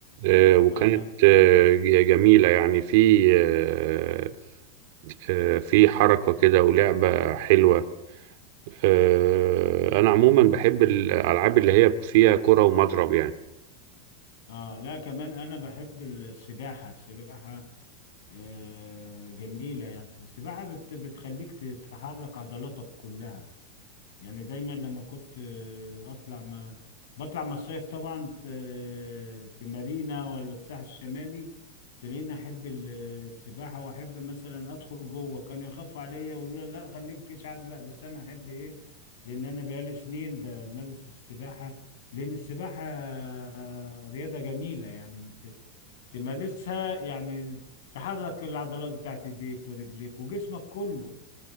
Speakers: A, on the right; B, on the left.
A: آه، وكانت
B: اه
A: آه، جميلة يعني في آه، آه، في حركة كده ولعبة حلوة آه، انا عموما بحب الالعاب اللي هي فيها كرة ومضرب يعني
B: اه لا كمان انا بحب السباحة السباحة آه جميلة يعني السباحة بت... بتخليك تحرك عضلاتك كلها يعني دايما لما كنت آه، اطلع ما بطلع مصايف طبعا آه، في مارينا ولا في الساحل الشمالي تلاقيني احب ال- السباحه واحب مثلا ادخل جوه كانوا يخافوا عليا يقولوا لي لا خليك مش عارف بقى بس انا احب ايه لان انا بقالي سنين بمارس السباحه لان السباحه آه، رياضه جميله يعني ت- تمارسها يعني تحرك العضلات بتاعت ايديك ورجليك وجسمك كله